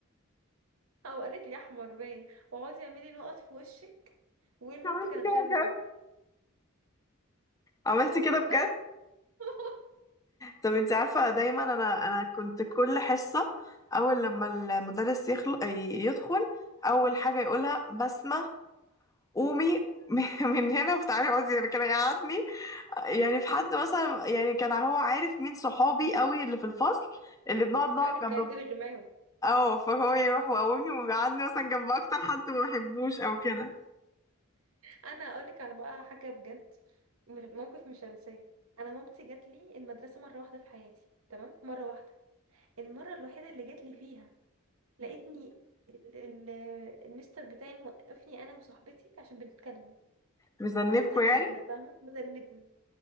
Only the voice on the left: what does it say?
عملت
كده
بجد
عملت
كده بجد
طب انت عارفة دايما انا انا كنت كل حصة اول لما المدرس يخل... ي- يدخل اول حاجة يقولها بسمة قومي <laughs> من هنا وتعالي اقعدي يعني كان يقعدني يعني في حد مثلا يعني كان هو عارف مين صحابي قوي اللي في الفصل اللي بنقعد
نقعد
جنب
اه فهو يروح ويقومني ويقعدني مثلا جنب اكتر حد ما بحبوش او كده
مذنبكوا
يعني